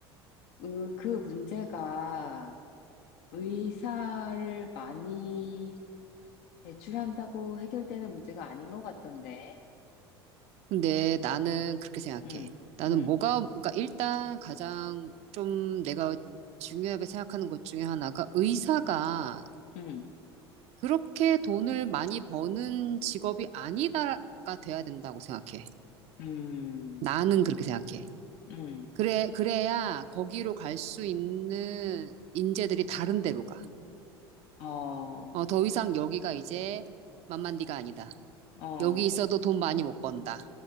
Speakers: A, on the left; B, on the right.
A: 으, 그 문제가 의사를 많이 배출한다고 해결되는 문제가 아닌 것 같던데.
B: 근데 나는 그렇게 생각해.
A: 음,
B: 나는
A: 음,
B: 뭐가, 그러니까 일단 가장 좀 내가 중요하게 생각하는 것 중에 하나가 의사가
A: 음,
B: 그렇게 돈을 많이 버는 직업이 아니다가 돼야 된다고 생각해.
A: 음,
B: 나는 그렇게 생각해.
A: 음.
B: 그래, 그래야 거기로 갈 수 있는 인재들이 다른 데로 가.
A: 어,
B: 어, 더 이상 여기가 이제 만만디가 아니다.
A: 어,
B: 여기 있어도 돈 많이 못 번다.